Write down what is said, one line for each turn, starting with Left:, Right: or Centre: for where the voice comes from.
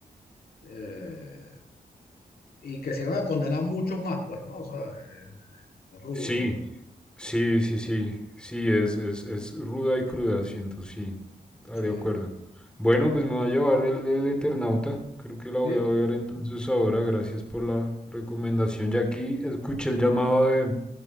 Left: eh, y que se iban a condenar muchos más, pues, ¿no? O sea, es, es rudo.
Centre: Sí, sí, sí, sí, sí, es, es, es ruda y cruda, siento, sí, Ah,
Left: Sí.
Centre: de acuerdo. Bueno, pues me va a llevar el, el Eternauta, creo que la voy
Left: Sí,
Centre: a ver entonces ahora, gracias por la recomendación. Ya aquí escuché el llamado de,